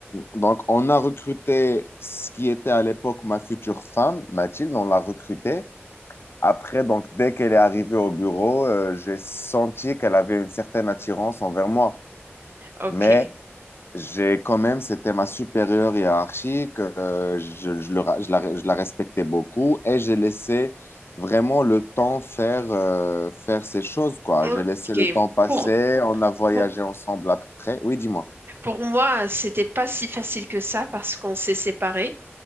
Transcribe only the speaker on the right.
ok,
ok.
Pour,
pour,
pour moi, c'était pas si facile que ça parce qu'on s'est séparés.